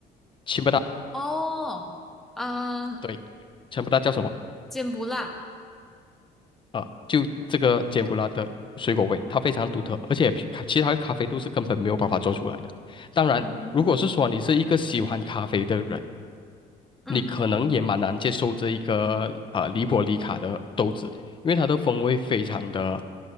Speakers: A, on the left (about 30°); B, in the centre.
A: 柬不寨，
B: 哦，啊，
A: 对，柬埔寨叫什么
B: 坚不辣，
A: 啊？就这个柬埔寨的水果味，它非常独特，而且其他的咖啡都是根本没有办法做出来的。当然，
B: 嗯
A: 如果是说你是一个喜欢咖啡的人，
B: 嗯
A: 你可能也蛮难接受这一个啊黎伯里卡的豆子，因为它的风味非常的